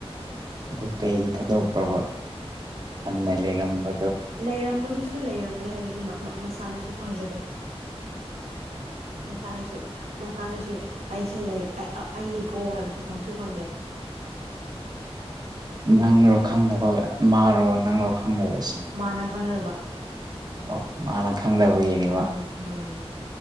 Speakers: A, on the right; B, on the right.
A: ꯑꯗꯨ ꯀꯩꯒꯤ ꯊꯥꯗꯣꯛꯄ꯭ꯔꯕ ꯍꯟꯅ ꯂꯩꯔꯝꯕ
B: ꯂꯩꯔꯝꯕꯗꯨꯁꯨ ꯂꯩꯔꯝꯃꯦ ꯍꯥꯏꯕꯁꯨ ꯃꯁꯥꯅꯁꯨ ꯈꯪꯖꯗꯦ ꯃꯁꯥꯅꯁꯨ ꯃꯁꯥꯅꯁꯨ ꯑꯩꯁꯦ ꯂꯩ ꯑꯩꯅꯤꯀꯣ ꯍꯥꯏꯕꯁꯨ ꯈꯪꯁꯨ ꯈꯪꯗꯦ
A: ꯅꯪꯂꯣ ꯈꯪꯗꯕ ꯃꯥꯔꯣ ꯅꯪꯂꯣ ꯈꯪꯗꯕꯁꯦ
B: ꯃꯥꯅ ꯈꯪꯗꯕ
A: ꯑꯣ ꯃꯥꯅ ꯈꯪꯗꯕꯒꯤꯅꯦꯕ
B: ꯎꯝ ꯎꯝ